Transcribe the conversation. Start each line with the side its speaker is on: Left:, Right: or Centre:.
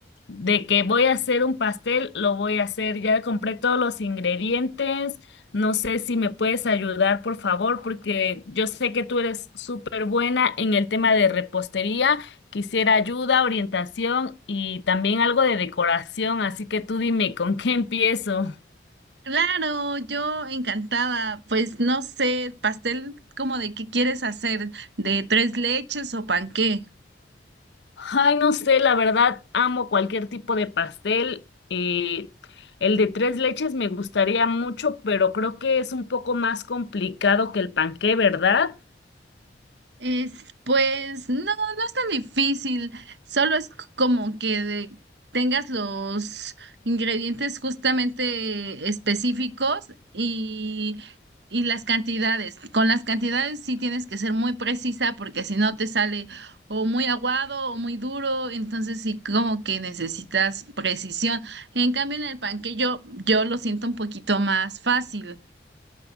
Left: de que voy a hacer un pastel, lo voy a hacer. Ya compré todos los ingredientes. No sé si me puedes ayudar, por favor, porque yo sé que tú eres súper buena en el tema de repostería. Quisiera ayuda, orientación y también algo de decoración, así que tú dime con qué empiezo.
Right: Claro, yo encantada. Pues no sé, pastel como de qué quieres hacer, de tres leches o panqué.
Left: Ay, no sé, la verdad amo cualquier tipo de pastel. eh, el de tres leches me gustaría mucho, pero creo que es un poco más complicado que el panqué, ¿verdad?
Right: Es, pues no, no es tan difícil, solo es c- como que de- tengas los ingredientes justamente específicos y, y las cantidades. Con las cantidades sí tienes que ser muy precisa porque si no te sale o muy aguado o muy duro, entonces sí como que necesitas precisión. En cambio en el panquillo yo lo siento un poquito más fácil.